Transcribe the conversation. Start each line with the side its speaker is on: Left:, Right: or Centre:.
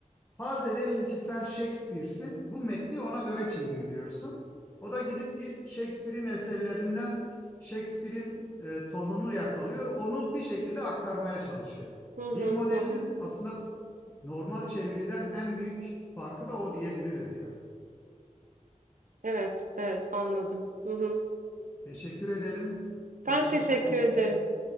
Left: Farz edelim ki sen Shakespeare'sin. Bu metni ona göre çevir diyorsun. O da gidip di- Shakespeare'in eserlerinden Shakespeare'in e, tonunu yakalıyor. Onu bir şekilde aktarmaya çalışıyor.
Right: hı hı
Left: Dil modelinin
Right: hı hı.
Left: aslında normal çeviriden en büyük farkı da o diyebiliriz yani.
Right: Evet evet anladım. Hı hı.
Left: Teşekkür ederim. Hoş
Right: Ben
Left: sohbetin
Right: teşekkür ederim.
Left: için.